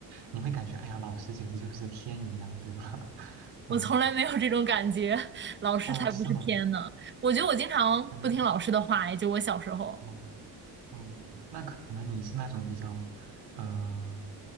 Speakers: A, on the right (about 70°); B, on the right (about 25°).
A: 你会感觉，哎呀，老师简直就是天一样，对吧？<laughs>
B: <laughs>，我从来没有这种感觉，
A: 嗯，
B: <laughs> 老师才不是天呢。
A: 哦，是吗？
B: 我觉得我经常不听老师的话，
A: 可能，
B: 也就我小时候。
A: 哦。嗯，那可能你是那种比较，呃，